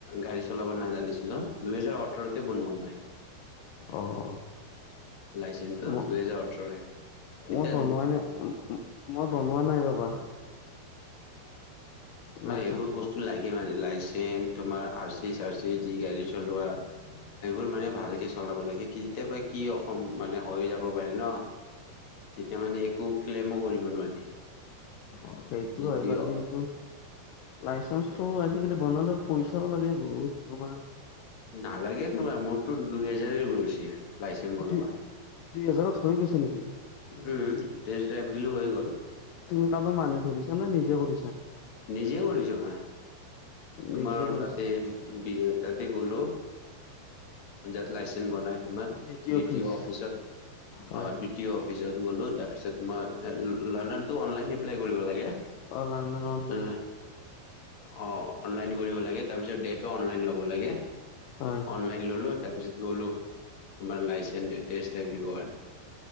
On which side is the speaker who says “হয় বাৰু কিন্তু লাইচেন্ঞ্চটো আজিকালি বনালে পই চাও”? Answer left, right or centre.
Left